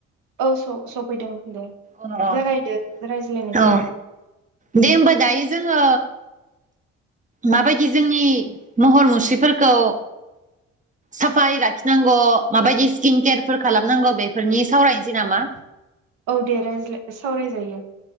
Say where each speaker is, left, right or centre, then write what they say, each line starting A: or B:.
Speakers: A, on the right; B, on the right.
A: औ स-सफैदों। दे
B: अ अ
A: जागायदो रायज्लायनायखौ
B: अ दे होमबा दायो जोङो माबायदि जोंनि महर मुस्रिफोरखौ साफाय लाखिनांगौ माबायदि स्किन केयारफोर खालामनांगौ बेफोरनि सावरायनोसै नामा?
A: औ दे रायज्लाय सावराय जायो।